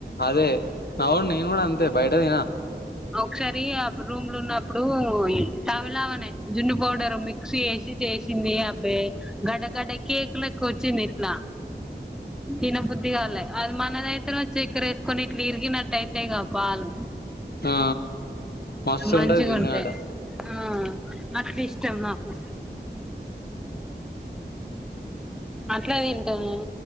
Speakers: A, on the left; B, in the centre.
A: అదే అవును నేన్ గూడా అంతే బైటదినా
B: ఒకసారి ఆ రూమ్లున్నప్ అప్పుడు ఈ తవిళామేనే జున్ను పౌడరు మిక్స్ ఏసి చేసింది అబ్బే గడ్డ గడ్డ కేక్లెక్కొచ్చిందిట్లా తిన బుద్ధిగాలే అది మనదైతేనేమో చెక్కరేస్కొని ఇట్లా ఇరిగినట్టైతే ఉంటాయిగా పాలు
A: ఆ మస్తు
B: మంచిగుంటయి
A: ఉంటది జున్నుగడ్డ
B: ఆ అట్లా ఇష్టం నాకు అట్ల తింట నేను